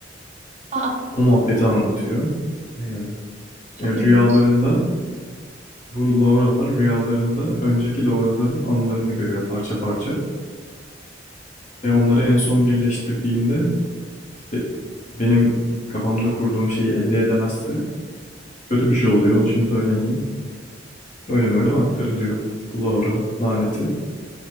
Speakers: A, on the right; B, on the left.
A: Aa,
B: O muhabbeti anlatıyor. Aynen.
A: çok
B: E, rüyalarında
A: ilginç.
B: bu Laura'lar rüyalarında önceki Laura'ların anılarını görüyor parça parça. Ve onları en son birleştirdiğinde işte benim kafamda kurduğum şeyi elde edemezse kötü bir şey oluyor. Onu şimdi söylemeyeyim. Böyle böyle aktarılıyor bu Laura laneti.